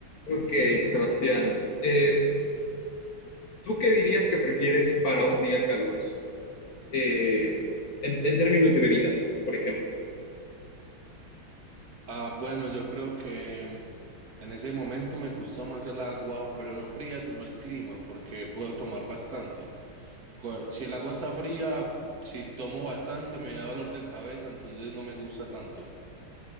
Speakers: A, on the left; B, on the right.
A: Ok, Sebastián. Eh, ¿tú qué dirías que prefieres para un día caluroso? Eh, en, en términos de bebidas, por ejemplo,
B: Ah, bueno, yo creo que en ese momento me gustó más el agua, pero no fría, sino el clima, porque puedo tomar bastante. Cu- Si el agua está fría, si tomo bastante, me da dolor de cabeza, entonces no me gusta tanto.